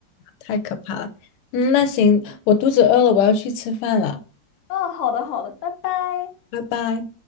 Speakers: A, on the left; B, on the left.
A: 太可怕了。嗯，那行，我肚子饿了，我要去吃饭了，
B: 嗯，好的好的，拜拜。
A: 拜拜。